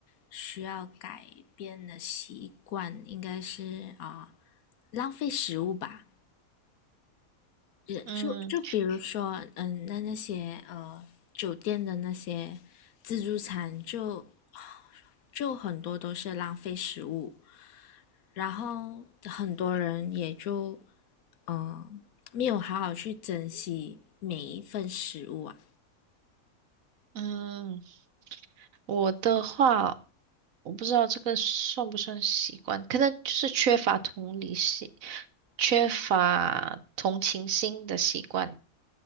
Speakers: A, on the left; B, on the right.
A: 需要改变的习惯应该是啊、浪费食物吧。也就就比如说，
B: 嗯
A: 嗯，那那些呃酒店的那些自助餐就，就很多都是浪费食物，然后很多人也就嗯、呃没有好好去珍惜每一份食物啊。
B: 嗯，我的话，我不知道这个算不算习惯，可能就是缺乏同理心、缺乏同情心的习惯。